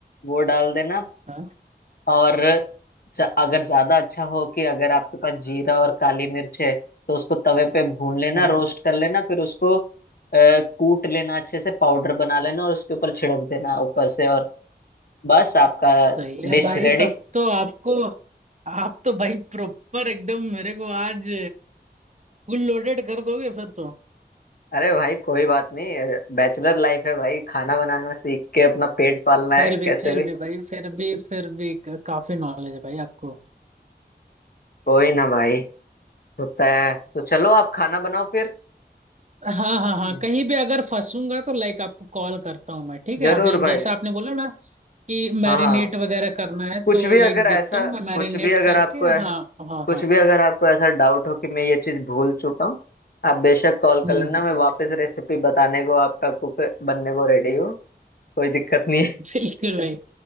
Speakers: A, on the left (about 60°); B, on the right (about 40°).
A: वो डाल देना
B: हाँ
A: और ज- अगर ज्यादा अच्छा हो कि अगर आपके पास जीरा और काली मिर्च है तो उसको तवे पे भून लेना
B: हाँ
A: रोस्ट
B: हाँ
A: कर लेना फिर उसको अ, कूट लेना अच्छे से पाउडर बना लेना और उसके ऊपर छिड़क देना ऊपर से और बस आपका
B: सही है
A: डिश
B: भाई
A: रेडी
B: तब तो आपको आप तो भाई प्रॉपर एकदम मेरे को आज फुल लोडेड कर दोगे फिर तो
A: अरे भाई कोई बात नहीं बैचलर लाइफ है भाई खाना बनाना सीख के अपना पेट पालना
B: फिर
A: है
B: भी
A: कैसे
B: फिर
A: भी
B: भी भाई फिर भी फिर भी क- काफी नॉलेज है भाई आपको
A: कोई ना भाई होता है तो चलो आप खाना बनाओ फिर
B: हाँ हाँ हाँ
A: हम्म।
B: कहीं भी अगर फंसूंगा तो लाइक आपको कॉल करता हूँ मैं ठीक है
A: जरूर
B: अभी जैसा
A: भाई
B: आपने बोला ना कि मैरिनेट
A: हाँ हाँ
B: वगैरह करना है तो
A: कुछ भी
B: लाइक
A: अगर
B: देखता
A: ऐसा
B: हूँ मैं मैरिनेट
A: कुछ भी अगर
B: करके
A: आपको
B: हाँ हाँ
A: कुछ
B: हाँ
A: भी अगर आपको ऐसा डाउट हो कि मैं ये चीज भूल चुका हूँ आप बेशक कॉल कर
B: हम्म
A: लेना
B: हम्म,
A: मैं
B: हम्म।
A: वापस रेसिपी बताने को आपका कुक बनने को रेडी हूँ कोई दिक्कत नहीं है।
B: बिल्कुल भाई